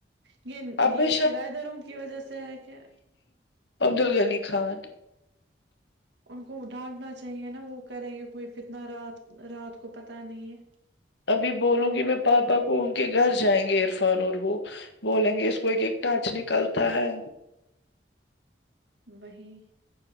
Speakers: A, on the right (about 70°); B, on the left (about 65°).
A: یہ
B: اب
A: یہ
B: میں
A: کرایہ داروں کی وجہ سے ہے کیا
B: عبدال غنی خان
A: ان کو ڈانٹنا چاہیے نا وہ کریں گے کوئی فتنا رات رات کو پتہ نہیں ہے
B: ابھی بولوں گی میں پاپا کو ان کے گھر جائیں گے عرفان اور وہ بولیں گے اس کو ایک ایک ٹچ نکلتا ہے
A: وہی